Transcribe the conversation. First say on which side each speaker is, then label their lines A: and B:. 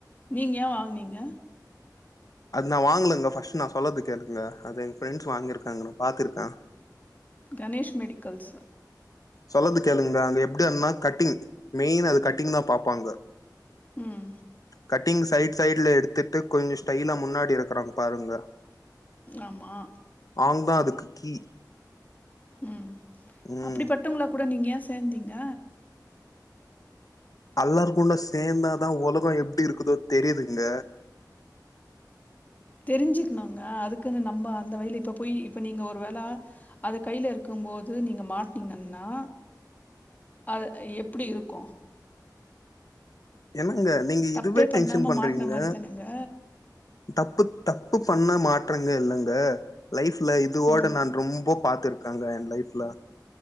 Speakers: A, on the left; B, on the left.
A: நீங்க ஏன் வாங்கனீங்க
B: அது நான் வாங்கலங்க ஃபர்ஸ்டு நான் சொல்லற கேளுங்க அது எங்க ஃப்ரென்ட்ஸ் வாங்கியிருக்காங்க நான் பாத்துருக்கேன்
A: கணேஷ் மெடிக்கல்ஸ்
B: சொல்லது கேளுங்க அங்க எப்படினா கட்டிங் மெயின் அது கட்டிங் தான் பாபப்பாங்க
A: ம்
B: கட்டிங் சைட் சைட்ல எடுத்துட்டு கொஞ்சம் ஸ்டைலா முன்னாடி இருக்கறாங்க பாருங்க
A: ஆமா
B: ஆந்தான் அதுக்கு கீ
A: ம்
B: ம்
A: அப்படிப்பட்டவங்கள கூட நீங்க ஏன் சேந்தீங்க
B: அல்லாரு கூண்ட சேர்ந்தாதான் உலகம் எப்படி இருக்குதோ தெரியுதுங்க
A: தெரிஞ்சுக்கணுங்க அதுக்குன்னு நம்ம அந்த வழியிலே இப்ப போய் இப்ப நீங்க ஒரு வேளை அது கையில இருக்கும் போது நீங்க மாட்டீங்கன்னா அது எப்டி இருக்கு
B: என்னங்க நீங்க
A: தப்பே
B: இதுவே டென்ஷன்
A: பண்ணாம
B: பண்றீங்க
A: மாட்டின மாதிரி தானுங்க
B: தப்பு தப்பு பண்ண மாட்றங்க இல்லங்க லைஃப்ல இதுவோட
A: ம்
B: நான் ரொம்ப பாத்துருக்காங்க என் லைஃப்ல